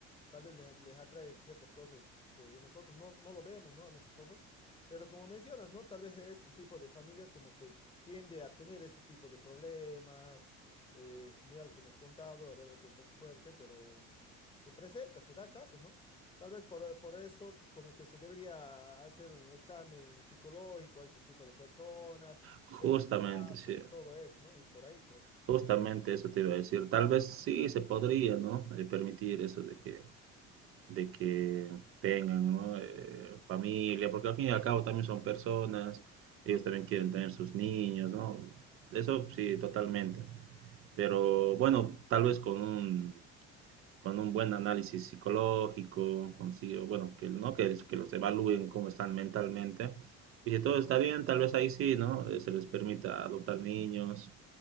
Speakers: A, on the left; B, on the right.
A: tal vez les, les atrae ciertas cosas que nosotros no, no lo vemos, ¿no? A nuestros ojos, pero como mencionas, ¿no? Tal vez este tipo de familias como que tiende a tener este tipo de problemas. eh, mira lo que me has contado, la verdad que un poco fuerte, pero se presenta, se da casos, ¿no? Tal vez por, por eso como que se debería hacer un examen psicológico a este tipo de personas,
B: Justamente,
A: ver si son aptos
B: sí.
A: y todo eso, ¿no? Y por ahí creo.
B: Justamente eso te iba a decir. Tal vez sí se podría, ¿no? Eh, permitir eso de que de que tengan, ¿no? eh, familia, porque al fin y al cabo también son personas, ellos también quieren tener sus niños, ¿no? Eso sí, totalmente. Pero bueno, tal vez con un, con un buen análisis psicológico, consigo, bueno, que, ¿no? que, que los evalúen cómo están mentalmente. Y si todo está bien, tal vez ahí sí, ¿no? Eh, Se les permita adoptar niños